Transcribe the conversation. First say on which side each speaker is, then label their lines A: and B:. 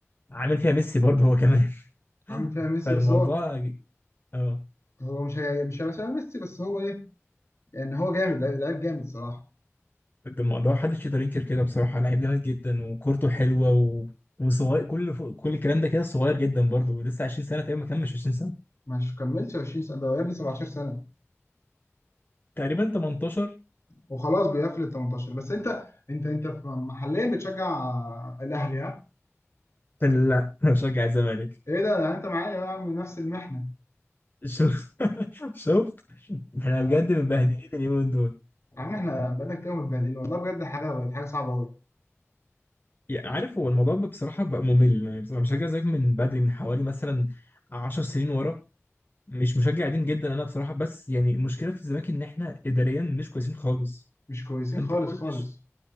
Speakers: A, on the left; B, on the left.
A: عامل فيها ميسي برضه هو كمان <laughs>
B: عامل فيها ميسي
A: فالموضوع
B: بس هو
A: اه
B: هو مش هي مش هيبقى شبه ميسي بس هو ايه يعني هو جامد لعيب لعيب جامد صراحه
A: الموضوع محدش يقدر ينكر كده بصراحة لعيب جامد جدا وكورته حلوة و... وصغير كل ف... كل الكلام ده كده صغير جدا برضه ولسه 20 سنة تقريبا ما كملش 20 سنة
B: مش كملتش 20 سنه ده يا ابني 17 سنه
A: تقريبا 18
B: وخلاص بيقفل ال 18 بس انت انت انت ف- محليا بتشجع الاهلي ها
A: لا <laughs> أنا بشجع الزمالك
B: ايه ده يعني انت معايا يا عم نفس المحنه
A: شوف <laughs> شفت احنا
B: انا
A: بجد متبهدلين اليومين دول
B: يا عم احنا بقالنا كتير متبهدلين والله بجد حاجه بقت حاجه صعبه قوي
A: يعني عارف هو الموضوع بقى بصراحة بقى ممل يعني بصراحة بشجع الزمالك من بدري من حوالي مثلا 10 سنين ورا مش مشجع قديم جدا انا بصراحة بس يعني المشكلة في الزمالك ان احنا اداريا مش كويسين خالص
B: مش كويسين
A: فانت
B: خالص
A: كل
B: خالص